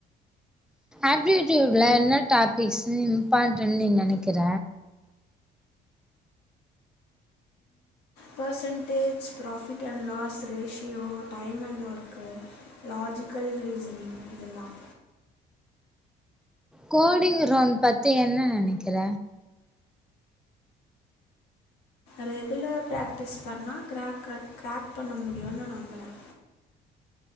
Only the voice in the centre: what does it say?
ஆப்டிடியூட்ல என்ன டாபிக்ஸு இம்பார்ட்டன்னு நீ நெனைக்கிற
கோடிங் ரோன் பத்தி என்ன நெனைக்கிற